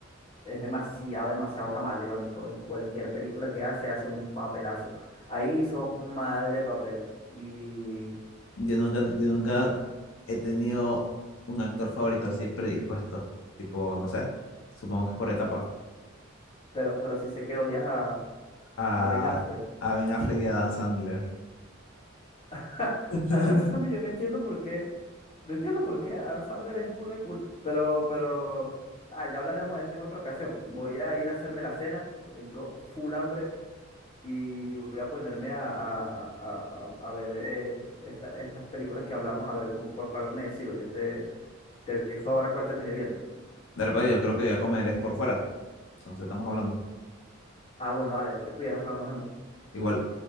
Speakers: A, on the left (about 30°); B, on the left (about 80°).
A: Es demasiado, demasiado camaleónico. En cualquier película que hace, hace un papelazo. Ahí hizo madre de papel. Y...
B: Yo nunca, yo nunca he tenido un actor favorito así predispuesto. Tipo, no sé, supongo que es por etapa.
A: Pero, pero sí sé que odias a,
B: A,
A: a Ben Affleck.
B: a Ben Affleck y a Dan Sandler.
A: <laughs>
B: <laughs>
A: A Adam Sandler yo no entiendo por qué. No entiendo por qué Adam Sandler es burda de cool. Pero, pero... Ah, ya hablaremos de eso en otra ocasión. Voy a ir a hacerme la cena, que tengo full hambre. Y voy a ponerme a, a- a- a- a ver eh, esta- estas películas que hablamos, a ver con, por cuál me decido. Yo te... Te aviso ahora cuál terminé viendo.
B: De repente yo creo que voy a comer es por fuera. Entonces estamos hablando.
A: Ah, bueno, dale, te cuidas, bro, nos vemos.
B: Igual,